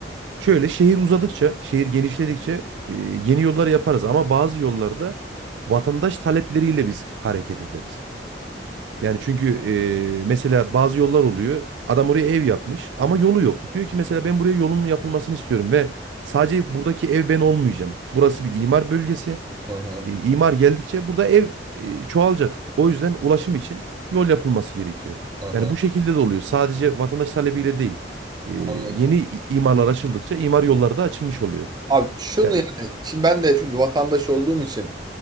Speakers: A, on the right; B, on the right.
A: Şöyle şehir uzadıkça, şehir genişledikçe e, yeni yollar yaparız. Ama bazı yollarda vatandaş talepleriyle biz hareket ederiz. Yani çünkü e, mesela bazı yollar oluyor. Adam oraya ev yapmış ama yolu yok. Diyor ki mesela ben buraya yolun yapılmasını istiyorum ve sadece buradaki ev ben olmayacağım. Burası bir imar bölgesi.
B: Aha.
A: E, imar geldikçe burada ev e, çoğalacak. O yüzden ulaşım için yol yapılması gerekiyor.
B: Aha.
A: Yani bu şekilde de oluyor. Sadece vatandaş talebiyle değil. E,
B: Anladım.
A: yeni i- imarlar açıldıkça imar yolları da açılmış oluyor.
B: Abi şunu
A: Yani,
B: yani şimdi ben de şöyle bir vatandaş olduğum için